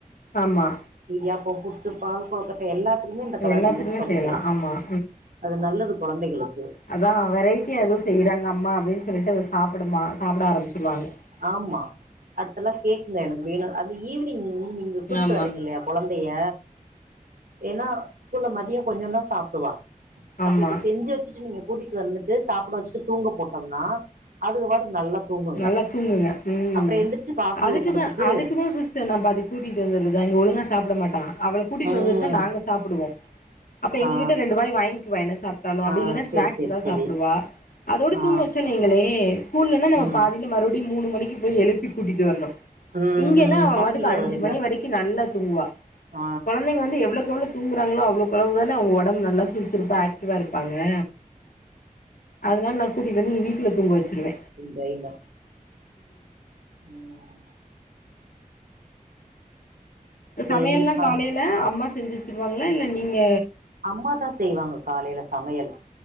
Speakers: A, on the left; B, on the right.
A: ஆமா
B: இடியாப்போ புட்டு பால் கொழக்கட்ட எல்லாத்துக்குமே இந்த கலர்
A: எல்லாத்துக்குமே
B: யூஸ் பண்ணிக்கலா
A: செய்யலாம் ஆமாம்
B: அது நல்லது கொழந்தைகளுக்கு
A: அதா வெரைட்டியா எதோ செய்றாங்க அம்மா அப்டின் சொல்லிட்டு அத சாப்பிடுமா சாப்ட ஆரம்பிச்சுடுவாங்க
B: ஆம்மா அடுத்தெல்லா கேக்குங்க எனக்கு வேணு அது ஈவ்னிங் வந்து நீங்க கூட்டு
A: ஆமாம்
B: வர்றீங்க இல்லையா ளைய ஏன்னா ஸ்கூல்ல மதியோ கொஞ்சோ தா சாப்டுவா
A: ஆமாம்
B: அப்ப இத செஞ்சு வச்சுட்டு நீங்க கூட்டிட்டு வந்துட்டு சாப்பிட வச்சுட்டு தூங்க போட்டம்னா அதுங்க வாட்டுக்கு நல்லா தூங்குங்க
A: நல்லா தூங்குங்க ம்
B: அப்றோ எந்திரிச்சு காஃபிய
A: அதுக்குதா
B: குடுத்துட்டு
A: அதுக்குதா சிஸ்டர் நா பாதி கூட்டிட்டு வந்துர்ரது அங்க ஒழுங்கா சாப்ட மாட்டா அவள கூட்டிட்டு
B: ம்
A: வந்துட்டு தா நாங்க சாப்பிடுவோ அப்ப எங்க
B: ஆ
A: கிட்ட ரெண்டு வாய் வாங்கிக்குவா என்ன சாப் ட்டாலு அப்டி
B: ஆ
A: இல்லனா ஸ்நக்ஸ்
B: சேரி சேரி
A: எதாது
B: சேரி
A: சாப்டுவா அதோடு
B: ஆ
A: தூங்க வச்சா நீங் கலே ஸ்கூல்லன்னா நம்ம
B: ம்
A: பாதில மறுபடியு மூணு மணிக்கு போய் எழுப்பி கூட்டிட்டு வர்ணு
B: ம்
A: இங்கன்னா
B: ம்
A: அவ
B: பசில
A: வாட்டுக்கு அஞ்சு
B: வருங்க
A: மணி வரைக்கு நல்லா தூங்குவா
B: ஆ
A: கொழந்தைங்க வந்து எவ்ளக்கெவ்ளோ தூங்குறாங்களோ அவ்ளோக்களவு தான அவுங்க உடம்பு நல்லா சுறுசுறுப்பாக ஆக் டிவா இருப்பாங்க அதனால நா கூட்டிட்டு வந்து இங்க வீட்டுல தூங்க வச்சிருவ
B: ட்ரெய்யின் தா ம் <inaudible> சேரிப்பா
A: சமையல்லா காலைல அம்மா செஞ்சு வச்சிருவாங்களா இல்ல நீங்க
B: அம்மா தா செய்வாங்க காலைல சமையல்